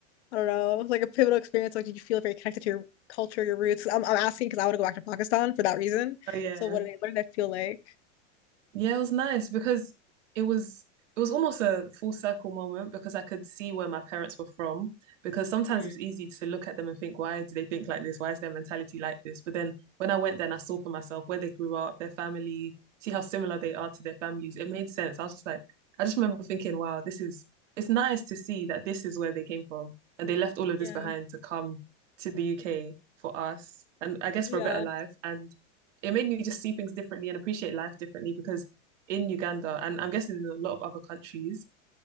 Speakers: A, on the left (about 60°); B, on the right (about 70°).
A: I don't know, like a pivotal experience? Like did you feel very connected to your culture, your roots? 'Cause I'm I'm asking because I want to go back to Pakistan for that reason.
B: Oh yeah.
A: So what did it, what did that feel like?
B: Yeah, it was nice because it was it was almost a full circle moment because I could see where my parents were from. Because sometimes
A: Mm.
B: it's easy to look at them and think, why do they think like this? Why is their mentality like this? But then when I went there and I saw for myself where they grew up, their family, see how similar they are to their families, it made sense. I was just like, I just remember thinking, wow, this is it's nice to see that this is where they came from. And they left all of
A: Yeah.
B: this behind to come to the UK for us and I guess
A: Yeah.
B: for a better life. And it made me just see things differently and appreciate life differently because in Uganda and I'm guessing in a lot of other countries,